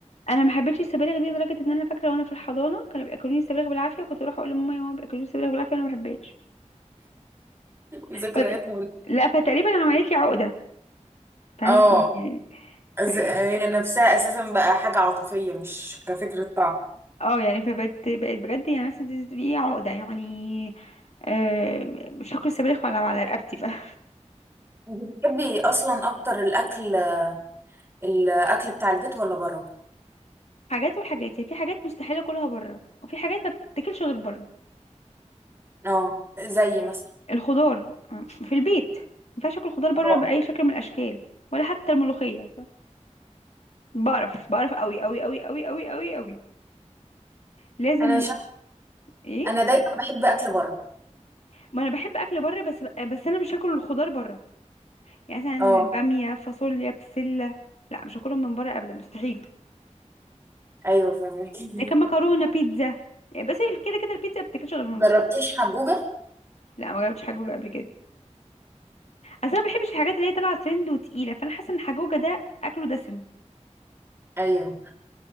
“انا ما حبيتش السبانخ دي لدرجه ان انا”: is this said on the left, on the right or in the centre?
Left